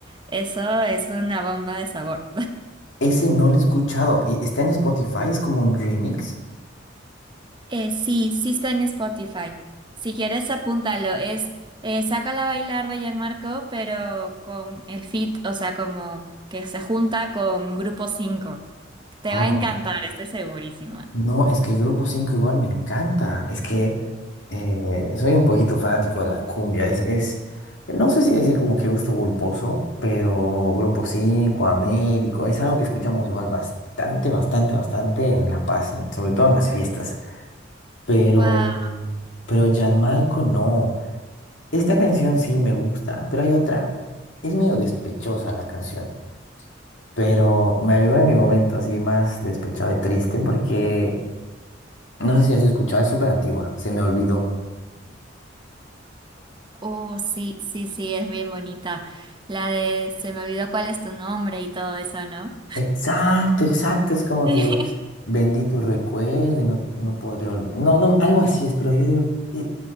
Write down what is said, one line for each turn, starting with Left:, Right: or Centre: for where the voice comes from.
Right: eso es una bomba de sabor.
Left: Ese no lo he escuchado. Y está en Spotify, es como un remix.
Right: Eh, sí, sí está en Spotify. Si quieres, apúntalo. Es eh, Sácala a bailar de Gianmarco, pero con el feat, o sea, como que se junta con Grupo 5. Te
Left: Ahora,
Right: va a encantar, estoy segurísima.
Left: no, es que Grupo cinco igual me encanta. Es que eh, soy un poquito fanático de la cumbia. Es, es, no sé si decir como que gusto culposo, pero Grupo cinco Américo, es algo que escuchamos igual bastante, bastante, bastante en La Paz, en- sobre todo en las fiestas. Pero,
Right: Wow,
Left: pero Gianmarco no. Esta canción sí me gusta, pero hay otra. Es medio despechosa la canción, pero me ayudó en mi momento así más despechado y triste porque no sé si has escuchado, es súper antigua, se me olvidó.
Right: oh, sí, sí, sí, es bien bonita. La de se me olvidó cuál es tu nombre y todo eso, ¿no?
Left: Exacto, exacto, es como
Right: <laughs>
Left: que vendí tu recuerdo y no, no podré olvidar. No, no, algo así es, pero yo digo, eh,